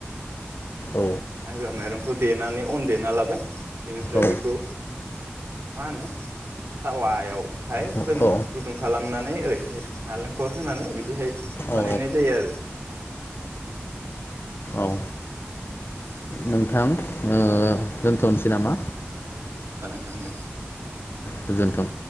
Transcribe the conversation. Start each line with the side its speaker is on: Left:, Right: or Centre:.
Left: औ
Right: मइग्रा माइरंखौ देनानै अन देना लाबाय बेनिफ्राय
Left: औ
Right: बेखौ मा होनो थावायावहाय
Left: औ
Right: होनो गुदुं खालामनानै ओरैह नालेंखर होनानै बिदिहाय
Left: औ
Right: बानायनाय जायो आरो।
Left: औ
Right: <unintelligible>
Left: नोंथां ओ दोनथ'नोसै नामा?
Right: थां दे।
Left: गोजोनथों।